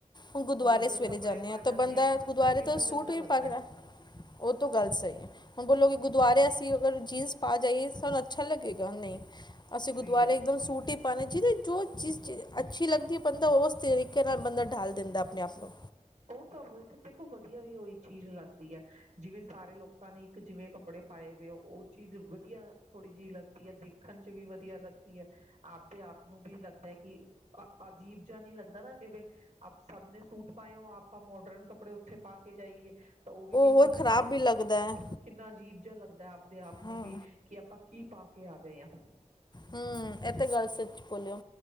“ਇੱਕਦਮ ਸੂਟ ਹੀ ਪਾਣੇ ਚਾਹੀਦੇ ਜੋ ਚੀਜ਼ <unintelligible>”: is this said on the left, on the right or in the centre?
Left